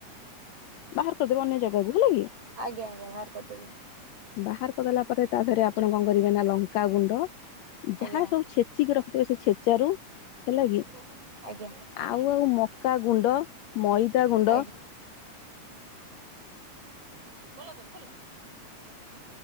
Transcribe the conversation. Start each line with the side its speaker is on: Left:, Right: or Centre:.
Left: ବାହାର କରିଦେବେ ଅନ୍ୟ ଜାଗାକୁ ହେଲା କି
Right: ଆଜ୍ଞା ଆଜ୍ଞା ବାହାର କରିଦେବି
Left: ବାହାର କରିଦେଲା ପରେ ତା ଧରେ ଆପଣ କଣ କରିବେ ନା ଲଙ୍କା ଗୁଣ୍ଡ
Right: ଆଜ୍ଞା।
Left: ଯାହା ସବୁ ଛେଚିକି ରଖିଥିବ ସେ ଛେଚାରୁ ହେଲା କି
Right: ମୁଁ ଦଶ ମିନିଟ ଆଜ୍ଞା <inaudible> ଦେଖା <inaudible>
Left: ଆଉ ଆଉ ମକା ଗୁଣ୍ଡ ମଇଦା
Right: <inaudible>
Left: ଗୁଣ୍ଡ
Right: କ <inaudible>